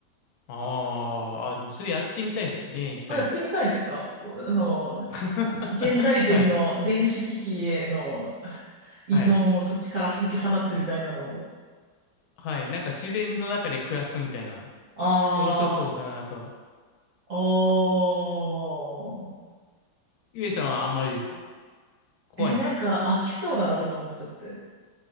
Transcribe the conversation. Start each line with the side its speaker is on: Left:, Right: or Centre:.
Left: ああ、あーでもそれやってみたいですね、一回。
Right: あ、やってみたいですかこう、その、
Left: <laughs>
Right: げ現代人の電子機器への
Left: はい。
Right: 依存を時から解き放つみたいなのを。
Left: はい。はい。なんか自然の中で暮らすみたいな。
Right: あ
Left: 面白そうだな、あとは。
Right: あ、おー。
Left: ゆえさんはあんまりですか怖いですか
Right: え、なんか飽きそうだなとか思っちゃって。